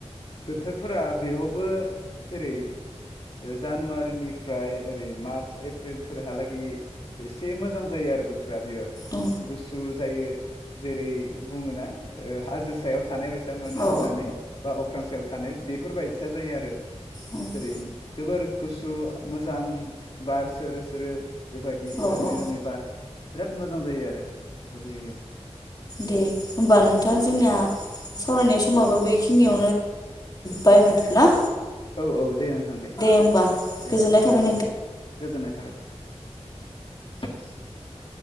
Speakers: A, on the left (about 50°); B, on the left (about 35°).
A: बोथोरफोरा बेयावबो जेरै ओ जानुवारिनिफ्राय ओरै मार्च एप्रिलफोरहालागै एसे मोजां जायो आरो बोथोरा बेयो
B: औ
A: गुसु जायो जेरै बुङोना ओ हाजो सायाव थानाय बैसा मोनो
B: औ
A: होननानै बा अख्रां सायाव थानाय बेफोरबायदिया जायो आरो
B: औ
A: जेरै जोबोर गुसु मोजां बार सोरो सोरो बेबायदि
B: औ
A: रोमै
B: औ
A: रोमै बार बिराद मोजां जायो आरो बेफोर जायगायाव।
B: दे होमबा नोंथां जोंना सावरायनाय समाबो बेखिनियाव
A: <inaudible>
B: बाय माथो ना?
A: औ औ दे नोंथां दे
B: होमबा
A: दे
B: गोजोननाय थाबाय
A: औ नोंथां गोजोननाय थाबाय। <inaudible>